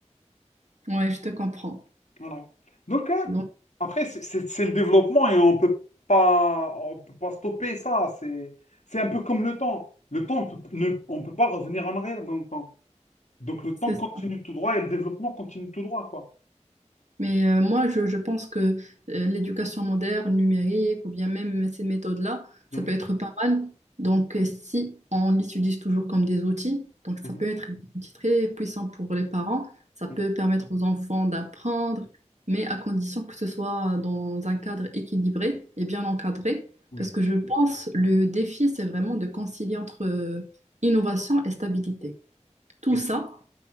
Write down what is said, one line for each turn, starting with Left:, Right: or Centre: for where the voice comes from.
Right: Ouais, je te comprends.
Left: Voilà. Donc, hein,
Right: Donc
Left: après, c'est c'est- c'est le développement et on peut pas, on peut pas stopper ça. C'est, c'est un peu comme le temps. Le temps, on peut, ne, on peut pas revenir en arrière dans le temps. Donc, le
Right: c'est
Left: temps continue
Right: ça.
Left: tout droit et le développement continue tout droit, quoi.
Right: Mais euh, moi, je, je pense que euh, l'éducation moderne, numérique, ou bien même ces méthodes-là,
Left: Mhm,
Right: ça peut être pas mal. Donc, euh, si on les utilise toujours comme des outils, donc
Left: mhm,
Right: ça peut être des outils très puissants pour les parents, ça peut
Left: oui,
Right: permettre aux enfants d'apprendre, mais à condition que ce soit dans un cadre équilibré et bien encadré.
Left: oui,
Right: Parce que je pense le défi, c'est vraiment de concilier entre euh, innovation et stabilité. Tout
Left: oui.
Right: ça